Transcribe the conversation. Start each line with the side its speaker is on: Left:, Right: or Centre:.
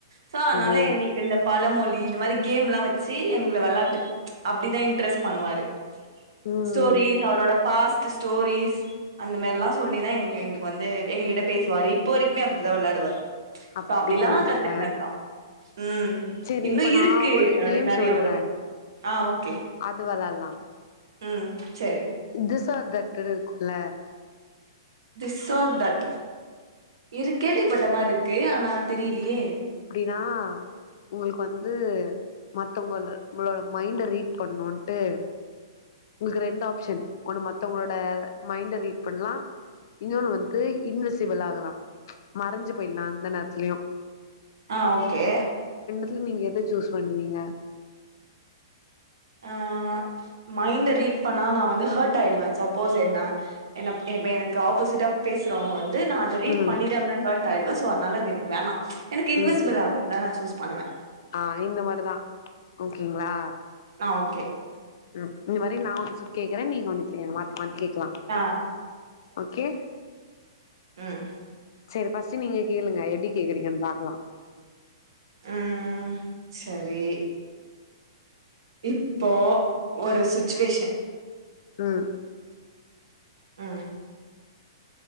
Right: சோ அதனால
Left: ஓ
Right: எங்குளு பழமொழி இந்த மாரி கேம்ல்லா வெச்சி எங்ள வெளாட்டுக் அப்டிதா இன்ட்ரெஸ் பண்ணுவாரு
Left: ம்
Right: ஸ்டோரி அவுரோட பாஸ்ட்டுஸ் டோரீஸ் அந்த மாரில்லா சொல்லிதா எங்க எங்குளுக்கு வந்து எங்ககிட்ட பேசுவாரு இப்போ வரைக்மே அப்டிதா வெளையாடுவார்
Left: அப்டிங்களாங்க
Right: சோ அப்டில்லா கத்துக்னத்தா ம்
Left: செரி
Right: இன்னு
Left: இப்ப
Right: இருக்கு
Left: நா ஒரு
Right: அப்டி
Left: கேம்
Right: நெறைய
Left: சொல்றே
Right: வரு ஆ ஓகே
Left: அது வெளால்லா
Right: ம் செரி
Left: திஸ் ஆர் தட்டுனு இருக்குல்ல
Right: திஸ் ஆர் தட் இது கேள்விப்பட்ட மார்ருக்கு ஆனா தெரி லியே
Left: நா உங்குள்க்கு வந்து மத்தவங்கள்ர ம்பளோட மைண்ட ரீட் பண்ணுன்ட்டு உங்ளுக்கு ரெண்டு ஆப்ஷன் ஒண்ணு மத்தவங்களோட மைண்ட ரீட் பண்லா இன்னியொன்னு வந்து இன்விசிபிள் ஆகலா‌ மறஞ்சு போய்ல்லா ந்த நேரத்லியு
Right: ஆ ஓகே
Left: துல நீங்க எத சூஸ் பண்ணுவீங்க
Right: ஆ ஆ ஆ மைண்ட ரீட் பண்ணா நா வந்து ஹெட் ஆயிடுவே சப்போஸ் என்ன எனப் இப்ப எனக்கு ஆப்போசிட்டா பேசறவங் வந் து நா அத ரீட்
Left: ம்
Right: பண்ணிட்டே அப்னா ஹேட் ஆயிடுவே சோ அனால அது எனக்கு அது வேண்ணா எனக்கு இன்விசிபிள்
Left: ம்
Right: ஆகர்தா நா சூஸ் பண்ணுவே
Left: ஆ இந்த மார்தா ஓகேங்ளா
Right: ஆ ஓகே
Left: ம் இந்த மாரி நா ஒன்னு சு கேக்குறே நீங்க ஒன்னு கேளுங்க மாத்தி மாத்தி கேக்லா
Right: ஆ
Left: ஓகே
Right: ம்
Left: செரி ஃபஸ்ட்டு நீங்க கேளுங்க எப்டி கேக்குறீங்கன் பாக்லா
Right: அ அ சரி இப்போ ஒரு சுச்சுவேஷ
Left: ம்
Right: அ